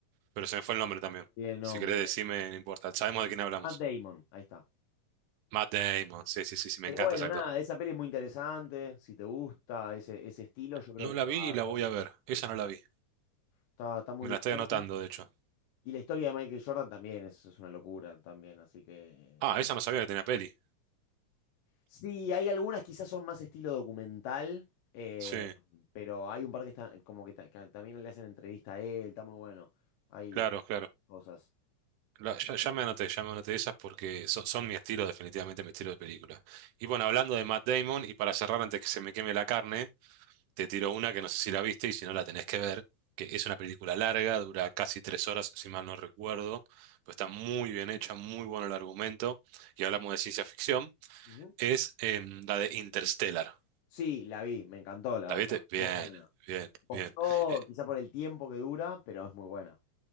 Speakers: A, on the right; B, on the left.
A: Pero se me fue el nombre también.
B: Tiene el nombre.
A: Si querés decirme, no importa. Sabemos de quién hablamos.
B: Matt Damon, ahí está.
A: Matt Damon, sí, sí, sí, sí, me
B: Pero
A: encanta
B: bueno,
A: ese actor.
B: nada, esa peli es muy interesante. Si te gusta ese, ese estilo, yo creo
A: No
B: que
A: la
B: te
A: vi
B: va
A: y
B: a
A: la
B: encantar.
A: voy a ver. Esa no la vi.
B: Está, está muy
A: Me la estoy
B: bien.
A: anotando, de hecho.
B: Y la historia de Michael Jordan también es, es una locura también, así que...
A: Ah, esa no sabía que tenía peli.
B: Sí, hay algunas quizás son más estilo documental, eh,
A: Sí,
B: pero hay un par que está como que, ta- que también le hacen entrevista a él, está muy bueno. Hay
A: claro, claro.
B: cosas.
A: La- ya, ya me anoté, ya me anoté esas porque so- son mi estilo, definitivamente mi estilo de película. Y bueno, hablando de Matt Damon, y para cerrar antes que se me queme la carne. Te tiro una que no sé si la viste y si no la tenés que ver, que es una película larga, dura casi tres horas, si mal no recuerdo, pero está muy bien hecha, muy bueno el argumento, y hablamos de ciencia ficción,
B: Ujú.
A: es em, la de Interstellar.
B: Sí, la vi, me encantó, la
A: ¿La
B: verdad.
A: viste? Bien,
B: Muy buena.
A: bien,
B: Costó,
A: bien. Eh,
B: quizá por el tiempo que dura, pero es muy buena.